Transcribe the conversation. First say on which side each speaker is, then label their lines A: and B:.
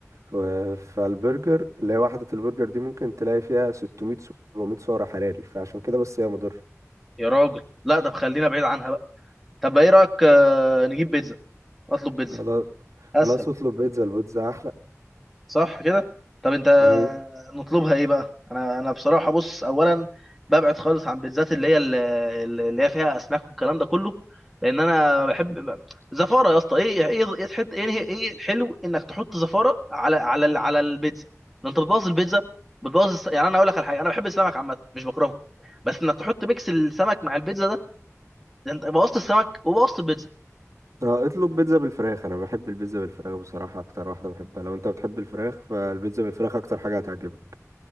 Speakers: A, on the right; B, in the centre.
A: و- فالبرجر اللي هي وحدة البرجر دي ممكن تلاقي فيها 600 700 سعر حراري فعشان كده بس هي مضر
B: يا راجل لا طب خلينا بعيد عنها بقى طب ايه رايك آه، نجيب بيتزا اطلب بيتزا
A: خلاص
B: اسهل
A: خلاص اطلب بيتزا البيتزا احلى
B: صح كده طب انت
A: أيوة.
B: نطلبها ايه بقى انا انا بصراحه بص اولا ببعد خالص عن بيتزات اللي هي اللي اللي هي فيها اسماك والكلام ده كله لان انا بحب زفاره يا اسطى ايه ايه ايه إيه، تحط ايه ايه الحلو انك تحط زفاره على على ال- على البيتزا ده انت بتبوظ البيتزا بتبوظ الس... يعني انا اقول لك على حاجه انا بحب السمك عامه مش بكرهه بس انك تحط ميكس السمك مع البيتزا ده ده انت بوظت السمك وبوظت البيتزا
A: اه اطلب بيتزا بالفراخ انا بحب البيتزا بالفراخ بصراحة اكتر واحدة بحبها لو انت بتحب الفراخ فالبيتزا بالفراخ اكتر حاجة هتعجبك